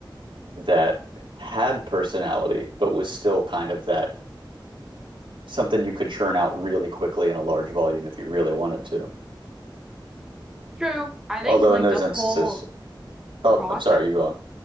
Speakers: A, on the right; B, in the centre.
A: that had personality, but was still kind of that something you could churn out really quickly in a large volume if you really wanted to.
B: True. I
A: Although
B: think like
A: in those
B: the
A: instances,
B: whole
A: oh,
B: process
A: I'm sorry, you go on.